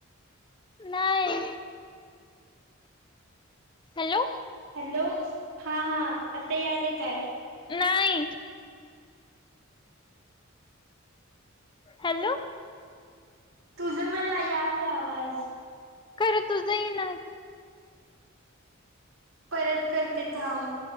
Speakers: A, on the left (about 25°); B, on the right (about 85°).
A: नाही. हॅलो.
B: हॅलो हा हा आता यालेय काय.
A: नाही. हॅलो.
B: तुझं मला यालय आवाज.
A: खरं तुझही ना.
B: परत करते थांब.